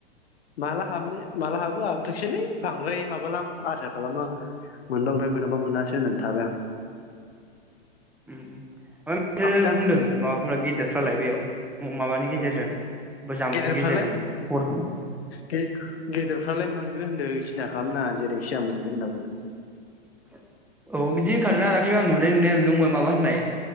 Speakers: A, on the left; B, in the centre.
A: माला हाबनो माला हाबो हाबथोंसैलै बांद्राय माबालां आसा खालामला मोनबा मोनबाय मोनाब्ला मोनाबा मोनासै होनना थाबाय आं।
B: उम उम <unintelligible>
A: आं दा
B: बुंदों माबाफोरा गिदेर फालाय बेयाव माबानि गेजेरजों जानबुंनि
A: गेदेरफ्रालाय
B: गेजेरजों खबर हरनाय
A: गे-गेदेरफ्रालाय मोनग्रो होनदों बिसिना। खालामनाङा जेरैखिसा मोनगोन होनना बुंदों
B: <inaudible> औ बिदि होनखादोंना दाख्लै आं नुनाय नुनाय नों माबा होननाय